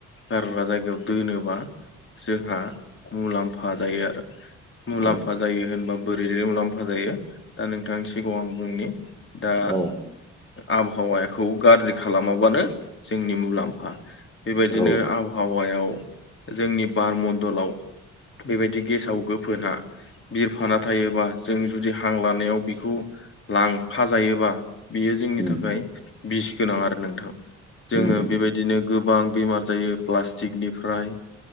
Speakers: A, on the left; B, on the left.
A: गारग्रा जायगायाव दोनोबा। जोंहा मुलाम्फा जायो आरो। मुलाम्फा
B: औ
A: जायो होनबा बोरैै मुलाम्फा जायो। दा नोंथांनि सिगाङाव आं बुंनि दा
B: औ
A: आबहावाखौ गाज्रि खालामाब्ला। जोंनि मुलाम्फा। बेबायदिनो
B: औ
A: आबहावायाव जोंनि बार मडलाव बेबायदि गेसाव गोफोना। बिरफाना थायोबा जों जुदि हां लानायाव बिखौ लांफा जायोबा बियो। जोंनि
B: उम
A: थाखाय बिस गोनां आरो नोंथां जोङो
B: उम
A: बेबायदिनो गोबां। बेमार जायो प्लास्टिकनिफ्राय।